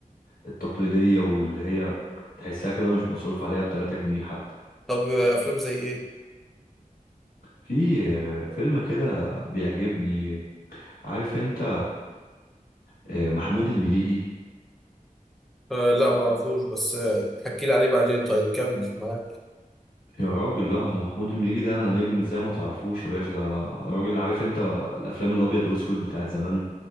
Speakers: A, on the left; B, in the centre.
A: التقليدية واللي هي تحسها كده مش مصروف عليها بتلاتة جنيه حتى
B: طب آه، افلام زي ايه
A: في آه، فيلم كده بيعجبني عارف انت آه، محمود المليجي
B: آه لا ما اعرفوش بس آه، حكي لي عليه بعدين طيب كمل معاك
A: يا راجل لا هو محمود المليجي ده نجم ازاي ما تعرفوش يا باشا ده راجل عارف انت الافلام الابيض واسود بتاعت زمان